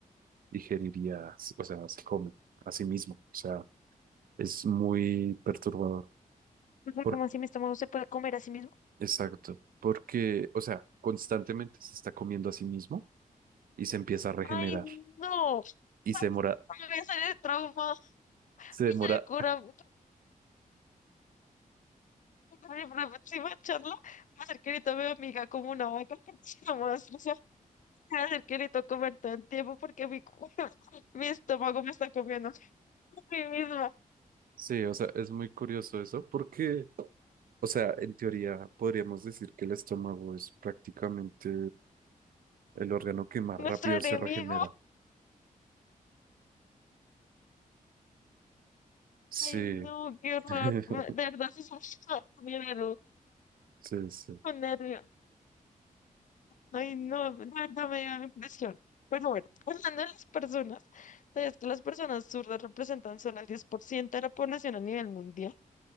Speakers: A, on the right (about 80°); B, on the left (about 60°).
A: digeriría, o sea, se come a sí mismo. O sea, es muy perturbador.
B: O sea,
A: Por-
B: ¿Cómo así mi estómago se puede comer a sí mismo?
A: exacto, porque, o sea, constantemente se está comiendo a sí mismo y se empieza a regenerar
B: ¡Ay, no! <laughs>
A: y se demora,
B: Me voy a salir trauma, voy
A: se demora.
B: a salir cura- Oye, por la próxima charla, me acerqué y tomé a mi hija como una vaca, <laughs> nomás, o sea, me acerqué y tocó comer todo el tiempo porque mi, cu- <laughs> mi estómago me está comiendo <laughs> a mí misma.
A: Sí, o sea, es muy curioso eso porque, o sea, en teoría podríamos decir que el estómago es prácticamente el órgano que más
B: Nuestro
A: rápido
B: enemigo.
A: se regenera. Sí,
B: Ay, no, qué horror.
A: <laughs>
B: De verdad, sí, sí, sí, me dio
A: sí, sí.
B: un nervio. Ay, no, de verdad me dio la impresión. Pero bueno, <laughs> hablando de las personas, ¿sabías que las personas zurdas representan solo el 10% de la población a nivel mundial?